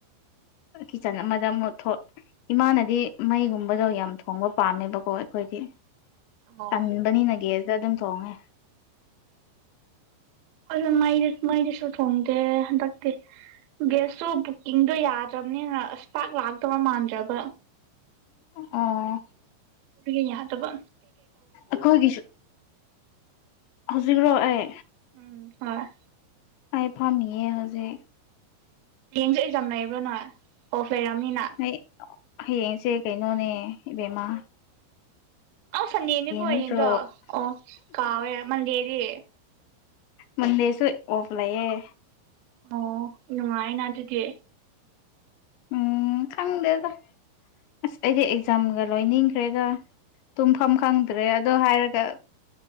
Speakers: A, on the left; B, on the right.
A: ꯀꯤꯠꯆꯟ ꯑꯃꯗ ꯑꯃꯨꯛ ꯏꯃꯥꯅꯗꯤ ꯃꯩꯒꯨꯝꯕꯗꯣ ꯌꯥꯝ ꯊꯣꯡꯕ ꯄꯥꯝꯃꯦꯕꯀ ꯑꯣ ꯑꯩꯈꯣꯏꯗꯤ
B: ꯑꯣ
A: ꯇꯟꯕꯅꯤꯅꯒ ꯑꯗꯨꯗ ꯑꯗꯨꯝ ꯊꯣꯡꯉꯦ <inaudible>
B: ꯑꯗꯨ ꯃꯩꯗꯤ ꯃꯩꯗꯤꯁꯨ ꯊꯣꯡꯗꯦ ꯍꯟꯗꯛꯇꯤ ꯒꯦꯁꯇꯨ ꯕꯨꯛꯀꯤꯡꯗꯣ ꯌꯥꯗ꯭ꯔꯕꯅꯤꯅ ꯑꯁ ꯄꯥꯛ ꯂꯥꯛꯇꯕ ꯃꯥꯟꯗ꯭ꯔꯕ
A: ꯑꯣ
B: ꯎꯒ ꯌꯥꯍꯗꯕ
A: ꯑꯩꯈꯣꯏꯒꯤꯁꯨ ꯍꯧꯖꯤꯛꯔꯣ ꯑꯦ
B: ꯎꯝ ꯍ
A: ꯑꯥꯏ ꯐꯥꯝꯌꯦ ꯍꯧꯖꯤꯛ
B: ꯍꯌꯦꯡꯁꯨ ꯑꯦꯛꯖꯥꯝ ꯂꯩꯕ꯭ꯔꯥ ꯅꯣꯏ ꯑꯣꯐ ꯂꯩꯔꯝꯃꯤꯅ
A: ꯑꯩ ꯍꯌꯦꯡꯁꯦ ꯀꯩꯅꯣꯅꯦ ꯏꯕꯦꯝꯃꯥ
B: ꯑꯥꯎ ꯁꯟꯗꯦꯅꯤꯀꯣ ꯍꯌꯦꯡꯀꯣ
A: ꯅꯠꯇ꯭ꯔꯣ
B: ꯑꯣ ꯀꯥꯎꯋꯦ ꯃꯟꯗꯦꯗꯤ
A: ꯃꯗꯦꯁꯨ ꯑꯣꯐ ꯂꯩꯌꯦ
B: ꯑꯣ ꯅꯨꯡꯉꯥꯏꯅ ꯑꯗꯨꯗꯤ
A: ꯎꯝ ꯈꯪꯗꯦꯗ ꯑꯁ ꯑꯩꯗꯤ ꯑꯦꯛꯖꯥꯝꯒ ꯂꯣꯏꯅꯤꯡꯈ꯭ꯔꯦꯗ ꯇꯨꯝꯐꯝ ꯈꯪꯗ꯭ꯔꯦ ꯑꯗꯣ ꯍꯥꯏꯔꯒ